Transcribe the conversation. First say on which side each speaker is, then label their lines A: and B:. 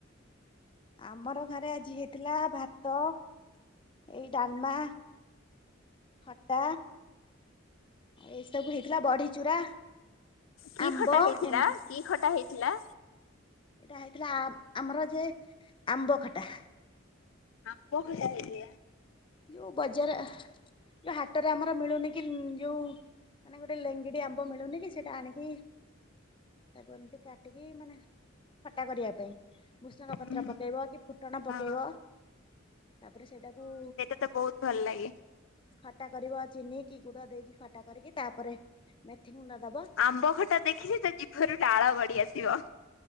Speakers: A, on the left; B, on the left.
A: ଆମର ଘରେ ଆଜି ହେଇଥିଲା ଭାତ ଏଇ ଡାଲ୍ମା। ଖଟା ଏଇସବୁ ହେଇଥିଲା ବଢି ଚୁରା।
B: କି
A: ଆମ୍ବ
B: ଖଟା ହେଇଥିଲା
A: ଏମତି।
B: କି ଖଟା ହେଇଥିଲା?
A: ଏଇଟା ହେଇଥିଲା ଆ ଆମର ଯେ ଆମ୍ବ ଖଟା।
B: ଆମ୍ବ ଖଟା ହେଇଥିଲା।
A: ଯୋଉ ବଜାର ଯୋଉ ହାଟରେ ଆମର ମିଳୁନି କି ଯୋଉ ମାନେ ଗୋଟେ ଲେଙ୍ଗିଡି ଆମ୍ବ ମିଳୁନି କି ସେଇଟା ଆଣିକି ତାକୁ ଏମିତି କାଟିକି ମାନେ ଖଟା କରିବା ପାଇଁ ଭୁସଙ୍ଗ
B: ହୁଁ
A: ପତ୍ର ପକେଇବ କି ଫୁଟଣ
B: ହଁ
A: ପକେଇବ ତାପରେ ସେଇଟାକୁ
B: ମତେ ବହୁତ୍ ଭଲ ଲାଗେ।
A: ଖଟା କରିବ ଚିନି କି ଗୁଡ ଦେଇକି ଖଟା କରିକି ତାପରେ ମେଥି ଗୁଣ୍ଡ ଦବ।
B: ଆମ୍ବ ଖଟା ଦେଖିଲି ତ ଜିଭରୁ ଲାଳ ଗଡି ଆସିବ।